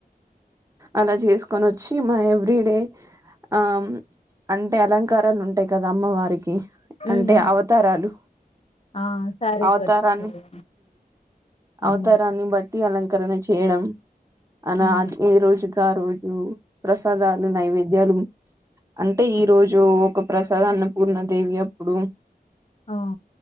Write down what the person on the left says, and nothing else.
ఉమ్,
ఆ శారీస్
కట్టించుకునే ఉమ్
ఉమ్,
ఆ